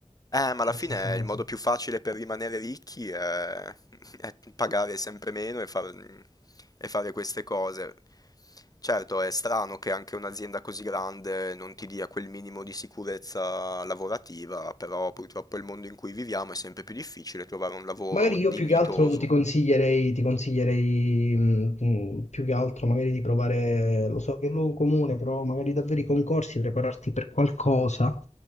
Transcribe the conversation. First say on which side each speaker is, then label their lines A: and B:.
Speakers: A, on the left; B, on the left.
A: Anche
B: ma alla
A: La
B: fine
A: stessa Amazon.
B: il modo più facile per rimanere ricchi è, <laughs> è pagare sempre meno e, far- e fare queste cose. Certo, è strano che anche un'azienda così grande non ti dia quel minimo di sicurezza lavorativa, però purtroppo il mondo in cui viviamo è sempre più difficile trovare un lavoro
A: Magari io
B: dignitoso.
A: più che altro ti consiglierei, ti consiglierei mh, mh, più che altro magari di provare, lo so che è un luogo comune, però magari davvero i concorsi, prepararti per qualcosa.